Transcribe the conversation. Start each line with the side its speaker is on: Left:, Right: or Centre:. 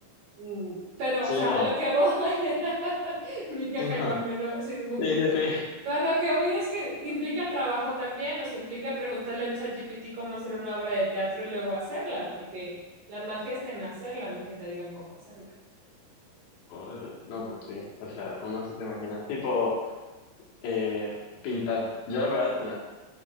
Right: Mm, Pero,
Left: Sí,
Right: o sea,
Left: no.
Right: a lo que voy, <laughs> mi queja
Left: Sí, no.
Right: enorme, no, sin ningún
Left: Sí,
Right: punto.
Left: sí, sí.
Right: No, a lo que voy es que implica trabajo también, o sea, implica preguntarle a ChatGPT cómo hacer una obra de teatro y luego hacerla, porque la magia está en hacerla, no en que te digan cómo hacerla.
Left: <laughs> Órale. No, pues sí. O sea, uno sí se imagina. Tipo, eh, pintar. Yo la verdad, mira,